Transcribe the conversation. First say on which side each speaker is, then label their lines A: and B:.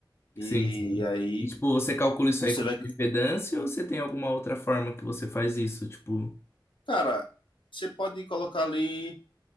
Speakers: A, on the left (about 85°); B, on the left (about 30°).
A: E
B: Sim, sim.
A: aí
B: E, tipo, você calcula isso
A: você
B: aí com
A: vai
B: impedância ou você tem alguma outra forma que você faz isso? Tipo,
A: Cara, você pode colocar ali